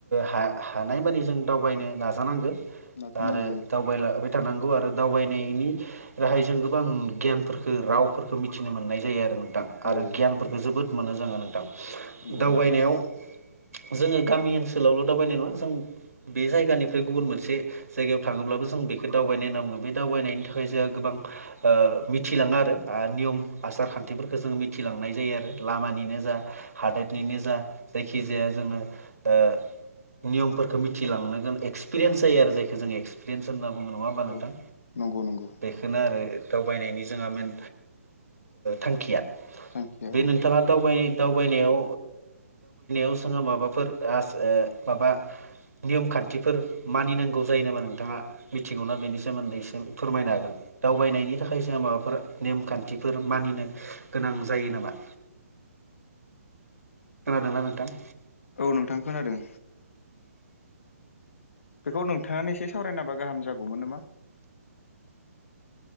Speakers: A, on the right; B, on the left.
A: हा-हानायमानि जों दावबायनो नाजानांगो।
B: नाजानांगौ
A: आरो दावबायलबाय थानांगौ आरो दावबायनायनि। राहायजों गोबां गियानफोरखौ रावफोरखौ मिथिनो मोननाय जायो आरो नों मां आरो
B: औ
A: गियफोरखौ
B: नंगौ
A: जोबोद मोनो जोङो नोंथां
B: नंगौ
A: दावबायनायाव।
B: नंगौ
A: जोङो गामि ओनसोलावल दावबायनाय नङा जों बे जायगानिफ्राय गुबुन मोनसे। जायगायाव थाङोब्लाबो जों बेखौ दावबायनो नामौ बे दावबायनायनि थाखाय जोंहा गोबां। ओ-मिथिलाङा आरो नियम आसार खान्थिफोरखौ जोङो मिथिलांनाय जायो आरो लामानिनो जा हादोरनिनो जा जायखिजाया जोङो ओ नियमफोरखौ मिथिलांनोांगोन एक्सपिरियेन्स जायो आरो जायखौ जों एक्सपिरियेन्स होनना बुङो नङा होमबा नोंथां
B: औ नंगौ नंगौ
A: बेखौनो आरो। दावबायनायनि जोंहा मेन थांखिया
B: थांखिया
A: बे
B: औ
A: नोंथाङा दावबाय दावबायनायाव ओ-जोङो माबाफोर आस-माबा। नियम खान्थिफोर मानिनांगौ जायो नामा नोंथाङा मिथिगौना बेनि सोमोन्दै एसे फोरमायनो हागोन। दावबायनायनि थाखाय जोंहा माबाफोर नेमखान्थिफोर मानिनो गोनां जायो नामा? खोनादोंना नोंथां?
B: औ नोंथां खोनादों। बेखौ नोंथाङानो एसे सावरायनाबा गाहाम जागौमोन नामा?